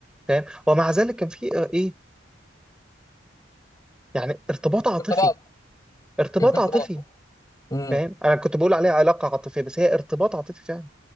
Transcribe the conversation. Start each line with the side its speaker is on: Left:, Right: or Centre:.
Centre: فاهم ومع ذلك كان في آه، ايه يعني ارتباط عاطفي
Left: في ارتباط
Centre: ارتباط
Left: كان في ارتباط
Centre: عاطفي
Left: مم.
Centre: فاهم انا كنت بقول عليها علاقه عاطفيه بس هي ارتباط عاطفي فعلا